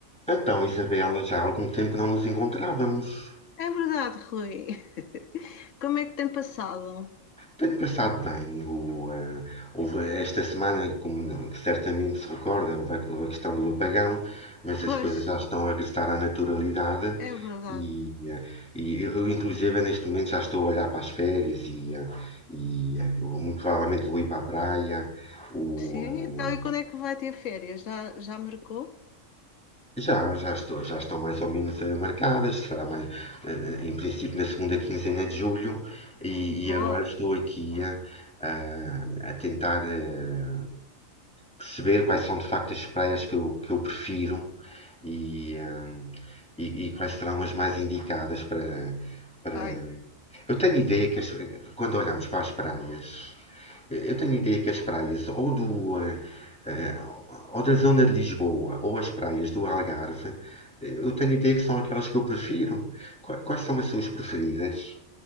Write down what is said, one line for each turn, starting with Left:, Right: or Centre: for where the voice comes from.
Centre: Então, Isabela, já há algum tempo que não nos encontrávamos.
Left: É verdade, Rui. <laughs> Como é que tem passado?
Centre: Tenho passado bem. O, eh, houve esta semana, como certamente se recorda, houve a, houve a questão do apagão, mas
Left: Pois,
Centre: as coisas já estão a regressar à naturalidade
Left: é verdade.
Centre: e, eh, e eu, eu, inclusive, neste momento já estou a olhar para as férias e, eh, e, eh, eu muito provavelmente vou ir para a praia. O,
Left: Sim,
Centre: ah,
Left: então e quando é que vai ter férias? Já, já marcou?
Centre: Já, já estou, já estão mais ou menos eh, marcadas, será mais, eh, em princípio na segunda quinzena de julho e,
Left: Boa.
Centre: e agora estou aqui a, a- a tentar eh, perceber quais são de facto as praias que eu, que eu prefiro e, eh, e- e quais serão as mais indicadas para, para...
Left: Ai.
Centre: Eu tenho ideia que as- quando olhamos para as praias eu tenho a ideia que as praias ou do eh, eh, ou da zona de Lisboa ou as praias do Algarve, eh, eu tenho a ideia que são aquelas que eu prefiro. Qua- Quais são as suas preferidas?